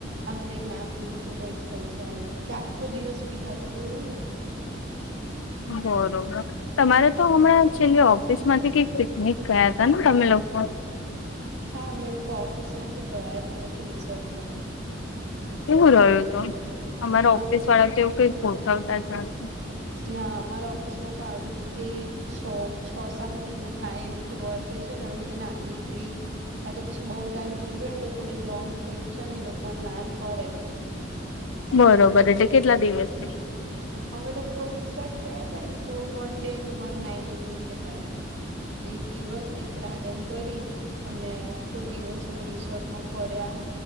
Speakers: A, on the right (about 65°); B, on the left (about 80°).
A: આમ કઈક ના પીવું તો કઈ થઈ જાય, કે આખો દિવસ પીધા કરું એવું નઈ.
B: બરોબર તમારે તો હમણાં છેલ્લે ઓફિસ માંથી કઈક પિકનિક ગયા હતા ને તમે લોકો?
A: હા અમે લોકો ઓફિસ માંથી ગયા તા એક રિસોર્ટમાં.
B: કેવું રહ્યું હતું અમારા
A: બહુ
B: ઓફિસ વાળા તો એવું કઈક ગોઠવતા જ નથી.
A: ના અમારા ઓફિસ માં તો આવી રીતે છ છ સાત મહિના થાય એવી રીતે વર્સે છે ને આવી રીતે નાની ટ્રીપ ત્યા તો પછી બઉુ ટાઈમ થઈ ગયોને તો થોડીક લોંગ ટ્રીપ છે ને એ લોકો પ્લાન કરે જ
B: બરોબર એટલે કેટલા દિવસ છે?
A: અમે લોકો રિસોર્ટ ગયા હતા ને તો વન ડે અને વન નાઈટ એવી રીતે ગયા તા. એક દિવસ એક રાત એમ કરી અને આખો દિવસ રિસોર્ટમાં ફર્યા